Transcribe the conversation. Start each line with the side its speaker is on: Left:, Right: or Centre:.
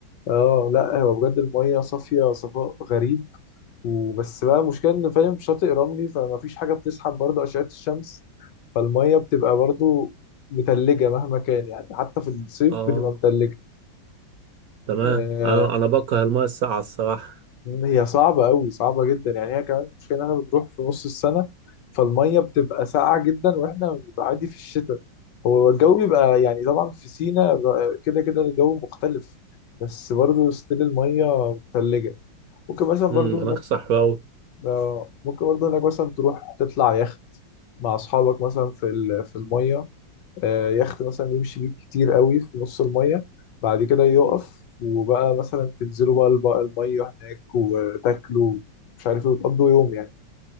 Left: آه، لا هو بجد المايه صافيه صفاء غريب وبس بقى المشكله ان فاهم في شاطئ رملي فما فيش حاجه بتسحب برضه اشعه الشمس فالميه بتبقى برضه متلجه مهما كان يعني حتى في الصيف
Right: اه
Left: بتبقى متلجه
Right: تمام
Left: آه
Right: انا انا بكره المية الساقعة الصراحة
Left: هي صعبه قوي صعبه جدا يعني هي كمان المشكله ان احنا بنروح في نص السنه فالميه بتبقى ساقعه جدا واحنا بنبقى عادي في الشتاء هو الجو بيبقى يعني طبعا في سينا بقى- كده كده الجو مختلف بس برضه ستيل الميه متلجه ممكن مثلا برضه
Right: امم مناخ
Left: هناك
Right: صحراوي
Left: آه، ممكن برضه انك مثلا تروح تطلع يخت مع اصحابك مثلا في ال- في الميه آه، يخت مثلا يمشي بيك كتير قوي في نص الميه بعد كده يقف وبقى مثلا تنزلوا بقى الب- الميه هناك وتاكلوا مش عارف ايه وتقضوا يوم يعني